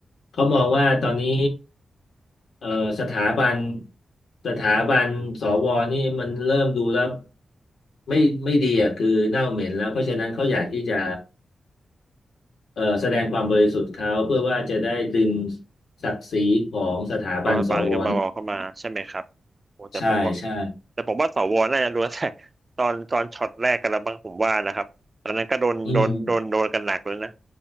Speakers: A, on the left; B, on the right.
A: เขามองว่าตอนนี้เอ่อสถาบันสถาบันสวนี่มันเริ่มดูแล้วไม่ไม่ดีอ่ะคือเน่าเหม็นแล้วเพราะฉะนั้นเขาอยากที่จะเอ่อแสดงความบริสุทธิ์เขาเพื่อว่าจะได้ดึงศักดิ์ศรีของสถาบันสว
B: เพราะบานขึ้นมาบอเข้ามาใช่ไหมครับโอ้แต่ผมก็
A: ใช่ใช่
B: แต่ผมว่าสวน่าจะรู้แต่ตอนตอนช็อตแรกกันแล้วบ้างผมว่านะครับตอนนั้นก็โดนโดนโดนโดนกันหนักเลยนะ
A: อืม